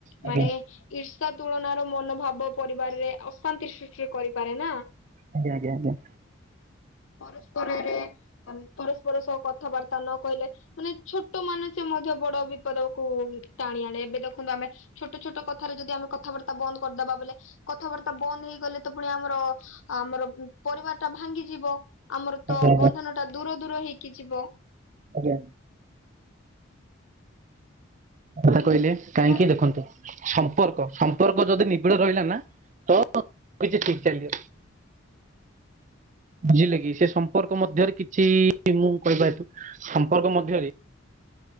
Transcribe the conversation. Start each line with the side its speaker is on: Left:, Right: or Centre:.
Right: ଆଜ୍ଞା
Left: ମାନେ ଈର୍ଷା ତୁଳନାର ମନୋଭାବ ପରିବାରରେ ଅଶାନ୍ତି ସୃଷ୍ଟିରେ କରିପାରେ ନା।
Right: ଆଜ୍ଞା - ଆଜ୍ଞା - ଆଜ୍ଞା।
Left: ପରସ୍ପରରେ ଅ ପରସ୍ପର ସହ କଥାବାର୍ତ୍ତା ନ କହିଲେ ମାନେ ଛୋଟ ମାନେ ସେ ମଧ୍ୟ ବଡ ବିପଦକୁ ଟାଣି ଆଣେ ଏବେ ଦେଖନ୍ତୁ ଆମେ ଛୋଟ ଛୋଟ କଥାରେ ଯଦି ଆମେ କଥାବାର୍ତ୍ତା ବନ୍ଦ କରିଦବା ବଲେ କଥାବାର୍ତ୍ତା ବନ୍ଦ ହେଇଗଲେ ତ ପୁଣି ଆମର ଆମର ପରିବାର ଟା ଭାଙ୍ଗିଯିବ। ଆମର ତ
Right: ଆଜ୍ଞା
Left: ବନ୍ଧନ ଟା ଦୂର ଦୂର ହେଇକି ଯିବ।
Right: ଆଜ୍ଞା। କଥା କହିଲେ
Left: ଏବଂ
Right: କାହିଁକି ଦେଖନ୍ତୁ ସମ୍ପର୍କ ସମ୍ପର୍କ ଯଦି ନିବିଡ ରହିଲା ନା ତ କିଛି ଠିକ ଚାଲିବ?
Left: <unintelligible>
Right: ବୁଝିଲେ କି ସେ ସମ୍ପର୍କ ମଧ୍ୟରେ କିଛି ମୁଁ କହିବା ହେତୁ ସମ୍ପର୍କ ମଧ୍ୟରେ